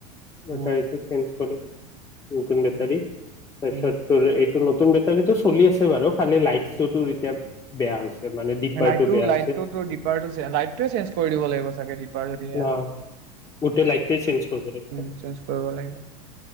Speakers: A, on the right; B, on the left.
A: উম,
B: বেটাৰীটো চেঞ্জ কৰে নতুন বেটাৰী
A: উম,
B: তাৰপাছত
A: উম।
B: এই নতুন বেটাৰীটো চলি আছে বাৰু খালে লাইটশ্বটোতোৰ এতিয়া বেয়া হৈছে মানে। ডিপাৰটো
A: লাইটো
B: বেয়া হৈছে
A: লাইটটোতো ডিপাৰটোতো চে লাইটটোৱে চেঞ্জ কৰি দিব লাগিব চাগে, ডিপাৰ যদি
B: ন
A: সেয়া হয়।
B: গোটেই লাইটটোৱে চেঞ্জ কৰিব লাগিব
A: উ চেঞ্জ কৰিব লাগিব